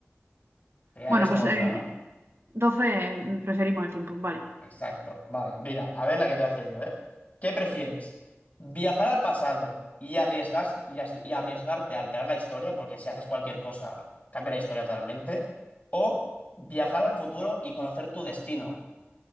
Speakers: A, on the left; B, on the right.
A: Te quedarías
B: Bueno, pues
A: como
B: eh,
A: yo, ¿no?
B: 12 preferimos el tiempo, vale.
A: Exacto. Vale, mira, a ver la que te voy a hacer yo, ¿eh? ¿Qué prefieres? ¿Viajar al pasado y arriesgar, y as- y arriesgarte a alterar la historia? Porque si haces cualquier cosa, cambia la historia totalmente. ¿O viajar al futuro y conocer tu destino?